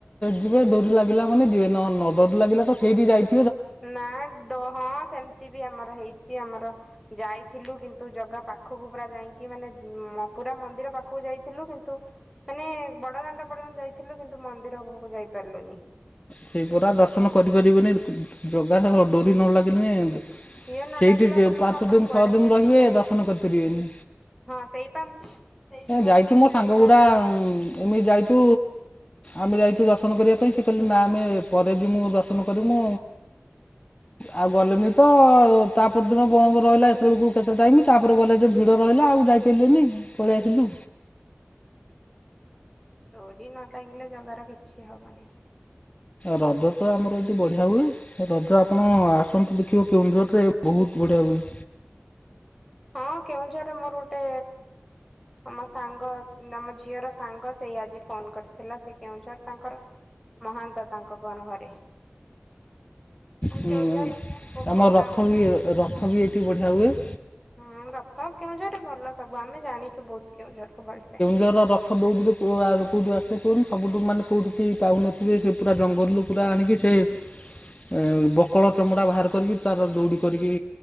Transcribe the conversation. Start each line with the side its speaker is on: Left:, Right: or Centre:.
Left: ଯିବେ ଡୋରି ଲାଗିଲା ମାନେ ଯିବେ ନ ନ ଡୋରି ଲାଗିଲା କେହି ସେଇଠି ଯାଇ
Centre: ନା ଡ ହଁ ସେମିତି ବି ଆମର ହେଇଛି ଆମର ଯାଇଥିଲୁ କିନ୍ତୁ ଜଗା ପାଖକୁ ପୁରା ଯାଇକି ମାନେ ପୁରା ମନ୍ଦିର ପାଖକୁ ଯାଇଥିଲୁ କିନ୍ତୁ ମାନେ ବଡ ଦାଣ୍ଡ ପର୍ଯ୍ୟନ୍ତ ଯାଇଥିଲୁ କିନ୍ତୁ ମନ୍ଦିର ମୁଁହକୁ ଯାଇପାରିଲୁନି।
Left: ସେଇ ପରା ଦର୍ଶନ କରିପାରିବେନି ଜଗାର ଡୋରି ନ ଲାଗିନେ
Centre: ସିଏ ନ
Left: ସେଇଠି
Centre: ଡାକିଲା ପର୍ଯ୍ୟନ୍ତ
Left: ପାଞ୍ଚ
Centre: ଆପଣ
Left: ଦିନି
Centre: କୁଆଡେ
Left: ଛଅ ଦିନି
Centre: ବି
Left: ରହିବେ
Centre: ଯାଇପାରିବେନି।
Left: ଦର୍ଶନ କରିପାରିବେନି।
Centre: ହଁ ସେଇପା ସେଇଦିନ
Left: ଯାଇଛୁ
Centre: ଆମେ
Left: ମୋ
Centre: ସେଦିନ
Left: ସାଙ୍ଗ ଗୁଡା
Centre: ଜାଣିଲୁ
Left: ଏମିତି ଯାଇଛୁ ଆମେ ଯାଇଛୁ ଦର୍ଶନ କରିବା ପାଇଁ ସେ କହିଲେ ନା ଆମେ ପରେ ଯିମୁ ଦର୍ଶନ କରିମୁ ଆଉ ଗଲେନି ତ ତା ପରଦିନ ବନ୍ଦ ରହିଲା ଏତେବେଳକୁ କେତେ ଟାଇମ ତାପରେ ଗଲେ ଯେ ଭିଡ଼ ରହିଲା ଆଉ ଯାଇ ପାଇଲେନି ପଳେଇ ଆସିଲୁ।
Centre: ଡୋରି ନ ଲାଗିଲେ ଜଗାର କିଛି ହବନି।
Left: ରଜ ତ ଆମର ଏଠି ବଢ଼ିଆ ହୁଏ। ରଜ ଆପଣ ଆସନ୍ତୁ ଦେଖିବେ କେଉଁଝରରେ ବହୁତ ବଢ଼ିଆ ହୁଏ।
Centre: ହଁ କେଉଁଝର ରେ ମୋର ଗୋଟେ। ମୋ ସାଙ୍ଗ ଆମ ଝିଅର ସାଙ୍ଗ ସେଇ ଆଜି ଫୋନ କରିଥିଲା ସେ କେଉଁଝର୍ ତାଙ୍କର। ମହାନ୍ତ ତାଙ୍କ କଣ ଘରେ। ଆଉ
Left: ହୁଁ
Centre: କେଉଁଝର
Left: ଉଁ
Centre: ପ୍ରପର
Left: ତମର ରଥ
Centre: ଟାଉନ
Left: ବି ରଥ ବି ଏଠି ବଢ଼ିଆ ହୁଏ।
Centre: ହୁଁ ରଥ କେଉଁଝରରେ ଭଲ ସବୁ ଆମେ ଜାଣିଛୁ ବହୁତ କେଉଁଝରକୁୁ ଭଲସେ।
Left: ଜର ର ସବୁ <unintelligible> କଉଠୁ ଆସେ କୁହନି ସବୁଠୁ ମାନେ କୋଉଠି କେହି ପାଉନଥିବେ ସେ ପୁରା ଜଙ୍ଗଲରୁ। ପୁରା ଆଣିକି ସେ ଏଁ ବକଳ ଚମଡ଼ା ବାହାର କରିକି ତାର ଦଉଡ଼ି। କରିକି